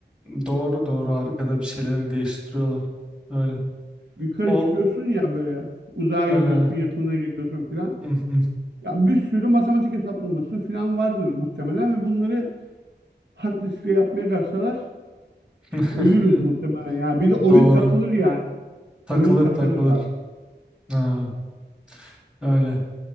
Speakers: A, in the centre; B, on the right.
A: Doğru doğru arkada
B: Yu-
A: bir şeyleri değiştiriyorlar. Öyle.
B: Yukarı
A: Ol.
B: çıkıyorsun ya böyle uzağa
A: Ee, hı
B: gidiyorsun, yakınına geliyorsun filan.
A: hı.
B: Ya bir sürü matematik hesaplaması filan vardır muhtemelen ve bunları hard diskle yapmaya kalksalar
A: <laughs>
B: ölürüz muhtemelen. Ya bir de oyun
A: Doğru.
B: takılır yani.
A: Takılır
B: Oyun takılır
A: takılır.
B: abi.
A: Ha, öyle.